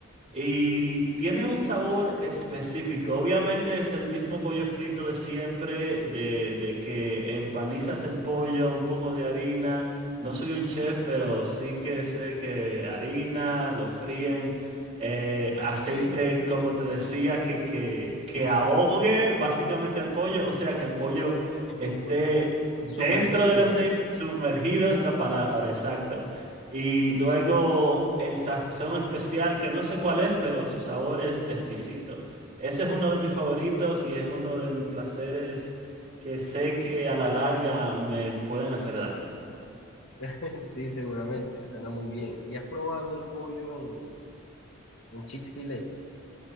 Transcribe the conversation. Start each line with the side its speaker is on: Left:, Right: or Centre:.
Right: Y tiene un sabor específico. Obviamente es el mismo pollo frito de siempre, de, de que empanizas el pollo, un poco de harina. No soy un chef, pero sí que sé que harina, lo fríen, eh, aceite,
Left: Ok.
Right: como te decía, que, que, que ahogue básicamente al pollo. O sea, que el pollo
Left: <laughs>
Right: esté dentro
Left: Sumergido.
Right: del aceite, sumergido es la palabra, exacto. Y luego el sazón especial, que no sé cuál es, pero su sabor es exquisito. Ese es uno de mis favoritos y es uno de mis placeres que sé que a la larga me pueden hacer daño.
Left: <laughs> Sí, seguramente. Suena muy bien. ¿Y has probado el pollo en, en Chick-fil-A?